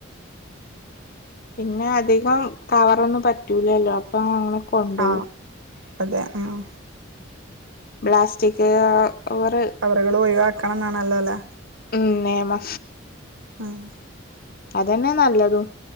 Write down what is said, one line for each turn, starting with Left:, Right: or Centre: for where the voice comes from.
Left: പിന്നെ അധികം കവറൊന്നും പറ്റൂലല്ലോ അപ്പം അങ്ങനെ കൊണ്ടോവും
Right: ആഹ് അതെ ആഹ്
Left: ബ്ലാസ്റ്റിക് കാ വറ്
Right: കവറുകൾ ഒഴിവാക്കണം ന്നാണല്ലോല്ലേ
Left: ഉം നെയെമാ
Right: ആഹ്
Left: അതെന്നെ നല്ലതും